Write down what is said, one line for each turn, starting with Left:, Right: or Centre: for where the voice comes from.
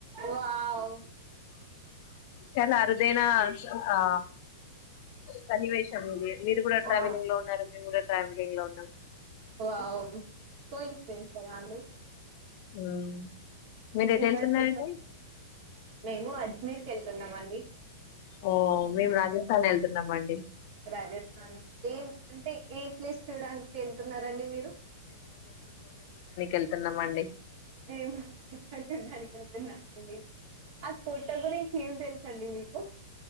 Right: వావ్
Left: చాలా అరుదేనా ఆ సన్నివేశం ఇది మీరు కూడా ట్రావెలింగ్
Right: వావ్
Left: లో ఉన్నారు మేము కూడా ట్రావెలింగ్ ఇలా ఉన్నం
Right: వావ్ కోయిన్సిడెన్స్ కదా అండి
Left: మ్మ్ మీరు ఎటు
Right: ఇంకా
Left: వెళ్తున్నారండి
Right: చెప్పం మేము అజ్మీర్ కెల్తున్నాం అండి
Left: ఓ మేము రాజస్థాన్ ఎళ్తున్నాం అండి
Right: రాజస్థాన్ కి ఏం అంటే ఏ ప్లేస్ చూడనికి ఎళ్తున్నారండి మీరు
Left: ఎళ్తున్నాం అండి
Right: దేవుణి చూడ్డానికి వెళ్తున్నాండి ఆ కోట గురించి ఏం తె అండి మీకు